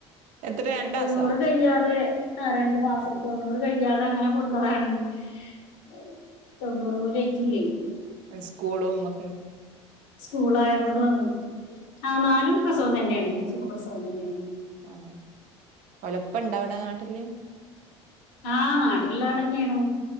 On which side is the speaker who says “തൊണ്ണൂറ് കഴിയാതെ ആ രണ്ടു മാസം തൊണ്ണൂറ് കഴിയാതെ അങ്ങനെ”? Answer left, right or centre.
Left